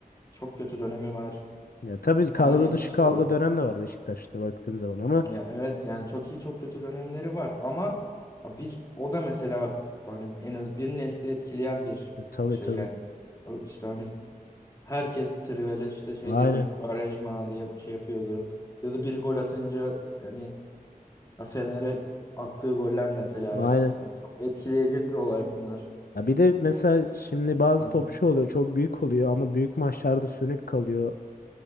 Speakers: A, on the left; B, on the left.
A: Çok kötü dönemi var.
B: ya tabii kadro
A: Ama ya-
B: dışı
A: şey
B: kaldığı
A: olarak
B: dönem de var Beşiktaş'ta baktığın zaman ama
A: ya evet yani çok iyi çok kötü dönemleri var ama bir o da mesela hani en az bir nesli etkileyen bir
B: e, tabii
A: şey
B: tabii.
A: yani. O işte hani herkes Trivel'e işte şey
B: Aynen.
A: deneyip Quaresma diye şey yapıyordu. Ya da bir gol atınca yani ya Fener'e attığı goller mesela
B: Aynen.
A: yani. Çok etkileyecek bir olay bunlar.
B: Ya bir de mesela şimdi bazı
A: Hı hı.
B: topçu oluyor çok büyük oluyor ama büyük maçlarda sönük kalıyor.